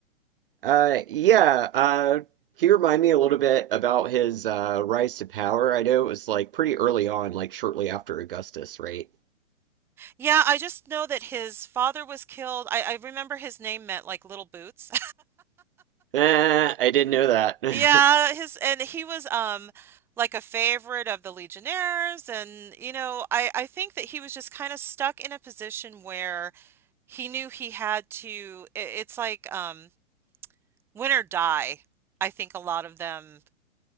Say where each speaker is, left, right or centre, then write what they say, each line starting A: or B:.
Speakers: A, on the right; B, in the centre.
A: Uh, yeah. Uh, can you remind me a little bit about his uh rise to power? I know it was like pretty early on, like shortly after Augustus, right?
B: Yeah, I just know that his father was killed. I, I remember his name meant like little boots.
A: Eh, I didn't know that. <laughs>
B: Yeah, his and he was um like a favorite of the Legionnaires and you know, I I think that he was just kind of stuck in a position where he knew he had to i it's like um win or die. I think a lot of them